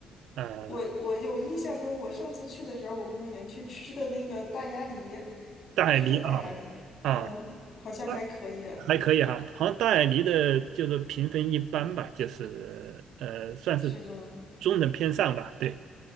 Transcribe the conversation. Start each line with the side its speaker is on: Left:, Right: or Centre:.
Right: 呃，
Left: 我我有印象中，我上次去的时候，我们好像去吃的那个大鸭梨，
Right: 大理啊啊，
Left: 是叫大鸭梨，嗯，好像还可以啊，
Right: 那还可以哈，好像大眼狸的就是评分一般吧，就是呃算是
Left: 是吗？
Right: 中等偏上吧，对，